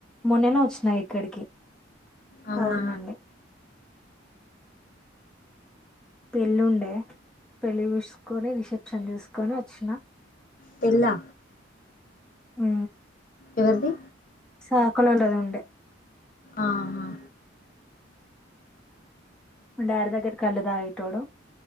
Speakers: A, in the centre; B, on the left.
A: మొన్ననే వచ్చినా ఇక్కడికి
B: అవునా
A: అవునండి పెళ్ళి ఉండే పెళ్లి చూసుకొని రిసెప్షన్ చూసుకొని వచ్చిన
B: పెల్లా
A: మ్
B: ఎవరిది
A: సాకలోల్లద్ ఉండె
B: ఆహా
A: డాడి దగ్గర కళ్లుదాగెటోడు